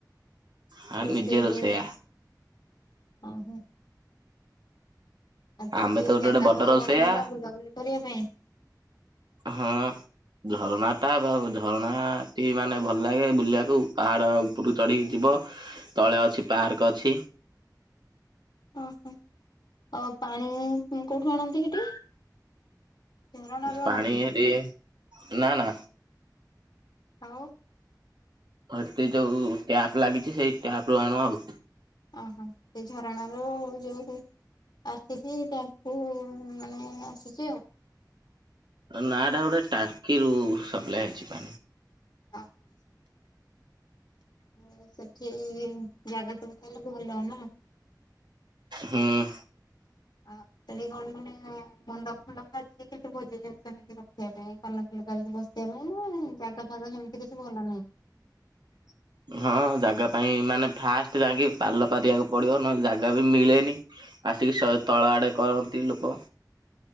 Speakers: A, on the right (about 80°); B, on the left (about 80°).
A: ହଁ
B: ରୋଷେଇ
A: ନିଜେ ରୋଷେଇଆ
B: ଯୋଉ ଓ ହଁ। ଆଉ ସେଠି
A: ଆମେ ତ ଗୋଟେ
B: ଜାଗା
A: ଗୋଟେ ବଡ
B: ଫାଗା
A: ରୋଷେଇଆ।
B: କଣ ଭଲ ବୁଲାବୁଲି କରିବା ପାଇଁ?
A: ହଁ ଝରଣାଟା ବା ଝରଣାଟି ମାନେ ଭଲ ଲାଗେ ବୁଲିବାକୁ ପାହାଡ଼ ଉପରୁକୁ ଚଢ଼ିକି ଯିବ ତଳେ ଅଛି ପାର୍କ ଅଛି।
B: ଓହୋ ଆଉ ପାଣି କୋଉଠୁ ଆଣନ୍ତି ହେଠି? ଝରଣାରୁ
A: ପାଣି
B: ଆଣନ୍ତି।
A: ହେଟି ନା ନା
B: ଆଉ
A: ଘର୍ତି ଯୋଉ ଟ୍ୟାପ ଲାଗିଛି ସେଇ ଟ୍ୟାପ ରୁ ଆଣୁ ଆଉ।
B: ଓହୋ ସେ ଝରଣାରୁ ଯୋଉ ଆସିଛି ତାଙ୍କୁ ମାନେ ଆସିଛି ଆଉ।
A: ନାଟା ଗୋଟେ ଟାଙ୍କିରୁ ସପ୍ଲାଏ ହେଇଛି ପାଣି
B: ଓ ହୋ ହ ସେଠି ଜାଗା ସବୁ ତାହଲେ ଭଲ ନା?
A: ହୁଁ
B: ଆଉ ସେ କଣ ମାନେ ମଣ୍ଡଵ ଫଣ୍ଡଵ କିଛି ଭୋଜି ଜିନିଷକ ରଖିବା ପାଇଁ <inaudible> ବସିବା ପାଇଁ ନା ଜାଗା ଫାଗା ହେମିତି କିଛି ଭଲ ନାହିଁ
A: <inaudible> ହଁ ଜାଗା ପାଇଁ ମାନେ ଫାଷ୍ଟ ଯାଇକି ପାଲ ପାରିବାକୁ ପଡ଼ିବ ନହେଲେ ଜାଗା ବି ମିଳେନି। ଆସିକି ସ ତଳ ଆଡ଼େ କରନ୍ତି ଲୋକ।